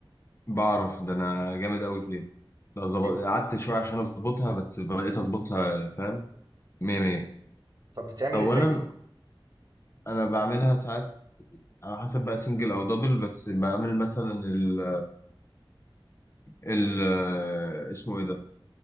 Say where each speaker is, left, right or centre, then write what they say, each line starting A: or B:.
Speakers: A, on the left; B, on the right.
A: بعرف ده أنا جامد أوي فيها لو ظبط
B: دي
A: قعدت شوية عشان أظبطها بس بقيت أظبطها فاهم مية مية
B: طب بتتعمل
A: أولا
B: ازاي دي
A: أنا بعملها ساعات على حسب بقى سنجل أو دبل بس بعمل مثلا ال ال اسمه إيه ده